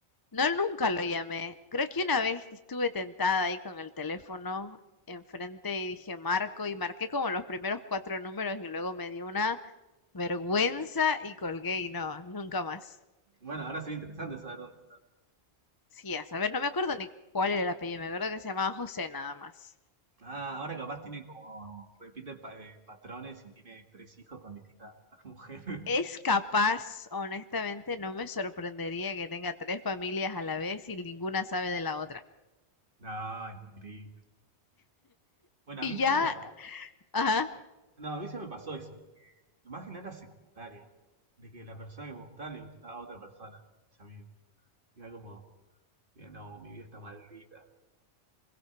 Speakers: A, on the left; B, on the right.
A: no nunca lo llamé. Creo que una vez que estuve tentada ahí con el teléfono enfrente y dije Marco y marqué como los primeros cuatro números y luego me di una Vergüenza y colgué y no, nunca más.
B: Bueno, ahora sería interesante saber dónde está.
A: Sí, a saber, no me acuerdo ni cuál era el apellido, me acuerdo que se llamaba José nada más.
B: Ah, ahora capaz tiene como, repite pa- eh, patrones y tiene tres hijos con distintas <laughs> mujeres.
A: Es capaz, honestamente, no me sorprendería que tenga tres familias a la vez y ninguna sabe de la otra.
B: No, es increíble. Bueno,
A: Y
B: a mí
A: ya,
B: sí me pasó.
A: ajá,
B: bueno, No, a mí se me pasó eso, de que, más que nada en la secundaria, de que la persona que me gustaba le gustaba a otra persona, mis amigos. Y era como, mira, no, mi vida está maldita.